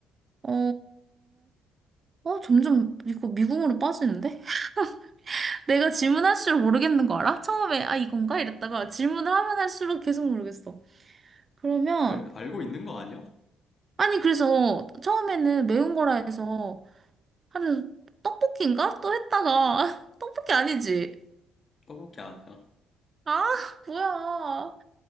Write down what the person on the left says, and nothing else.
그래? 알고 있는 거 아니야?
떡볶이 아니야.